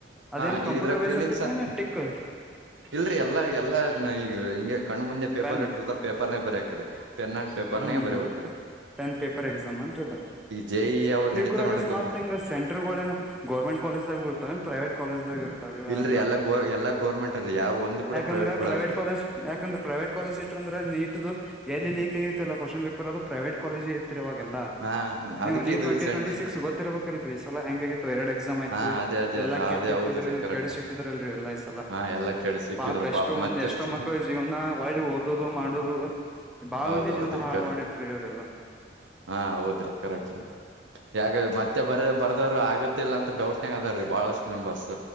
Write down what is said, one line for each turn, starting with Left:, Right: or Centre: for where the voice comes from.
Centre: ಅದೇನ್
Right: ಹಾ
Centre: ಕಂಪ್ಯೂಟರ್
Right: ಇದ್ರಾಗ
Centre: ಬೇಸ್
Right: ಪ್ರಿಲೀಮ್ಸ್
Centre: ಇರ್ತೈತೆೇನ
Right: ಅಂತ್
Centre: ಟಿಕ್
Right: ಇಲ್ರರಿ ಎಲ್ಲಾ ಎಲ್ಲಾ ಈ ಹಿಂಗೆ ಕಣ್ಣ್ ಮುಂದೆ ಪೇಪರ್
Centre: ಪೆನ್
Right: ಇಟ್ಟಿರ್ತರ್ ಪೇಪರ್ ನೇ ಬರಿಯಾಕ್ರರಿ ಪೆನ್ ಅಂಡ್ ಪೇಪಾರ್
Centre: ಹ್ಮ್
Right: ನೇ ಬರಿಬೇಕ್
Centre: ಹ್ಮ್
Right: ರೀ.
Centre: ಪೆನ್ ಪೇಪರ್ ಎಕ್ಸಾಮ್ ಅಂತ ಅದು
Right: ಜೆ ಇ ಅವು ನಡೀತಾವ
Centre: ಇವರ
Right: ನೋಡ್ರಿ
Centre: ಸ್ಮಾರ್ಟ್
Right: ಕಂಪ್ಯೂಟರ್
Centre: ತಿಂಗ್ ಸೆಂಟರ್ ಗಳೆನ್ನು ಗೋರ್ಮೆಂಟ್ ಕಾಲೇಜ್ ದಾಗ್ ಉ ತಾವೆನ್ ಪ್ರೈವೇಟ್ ಕಾಲೇಜ್ ದಾಗ ಇರ್ತವ್ರೀ
Right: ಇಲ್ರರಿ
Centre: ಅಂದಾಜು
Right: ಎಲ್ಲ ಗೋ ಎಲ್ಲಾ ಗೋರ್ಮೆಂಟ್ ಅದ ಯಾವ ಒಂದು ಕೂಡ
Centre: ಯಾಕಂದ್ರೆ
Right: ಬಿಳಲ್ಲ
Centre: ಪ್ರೈವೇಟ್ ಕಾಲೇಜ್ ಯಾಕಂದ್ರೆ ಪ್ರೈವೇಟ್ ಕಾಲೇಜು ಇತಂದ್ರೇ ನೀಟ್ದು ಎಲ್ಲಿ ಲೀಕ್ ಆಗಿತ್ತಲ್ಲ ಕ್ವಾಶನ್ ಪೇಪರ್ ಅದು ಪ್ರೈವೇಟ್ ಕಾಲೇಜ್ ಇ ಇತ್ರೀ ಆವಾಗೆಲ್ಲಾ
Right: ಹಾ
Centre: ನೀವು
Right: ಅದಕ್ಕೆ
Centre: ನೀ
Right: ಇದು
Centre: ಟ್ವೆಂಟಿ
Right: ಸೆಂಟ್
Centre: ಟ್ವೆಂಟಿ ಸಿಕ್ಸ್ ಗೊತ್ತಿರ್ಬೇಕಲ್ ರೀ ಈ ಸಲ ಹೆಂಗ್ ಆಗಿತ್ತು ಎರಡು ಎಕ್ಸಾಮ್ ಆಯ್ತು
Right: ಹಾ ಅದೇ ಅದೇ
Centre: ಎಲ್ಲಾ
Right: ಅದೇ
Centre: ಕೆಟ್ಟಿಟ್ಟಿದ್ರು
Right: ಹೌದ್ರಿ ಕರೆಕ್ಟ್
Centre: ಕೆಡಿಸಿ ಇಟ್ಟಿದಲ್ ರೀ ಎಲ್ಲಾ ಈ ಸಲ
Right: ಹಾ ಎಲ್ಲಾ ಕೇಳಿ ಸಿಕ್ಕಿದ್ರು
Centre: ಪಾಪ ಎಷ್ಟೋ ಮಂದಿ
Right: ಮತ್ತೆಷ್ಟು
Centre: ಎಷ್ಟೋ ಮಕ್ಕಳು ಎ ಜೀವನ ಒಳ್ಳಿ ಓದೋದು ಮಾಡೋದು ಬಾಳ
Right: ಹೌದ್
Centre: ಮಂದಿ ಜೀವನ
Right: ಹೌದ್ರಿ
Centre: ಹಾಳು
Right: ಕರೆಕ್ಟ್
Centre: ಮಾಡಿಟ್ರಿ ಇವರೆಲ್ಲಾ.
Right: ಹಾ ಹೌದ್ರಿ ಕರೆಕ್ಟ್ ಯಾಗ ಮತ್ತೆ ಬರ ಬರೆದವರು ಎಲ್ಲಾ ಆಗುತ್ತೆ ಇಲ್ಲ ಅಂತ ಡೌಟ್ ಅದಾರ್ ರೀ ಬಹಳಷ್ಟು ಮೆಂಬರ್ಸ್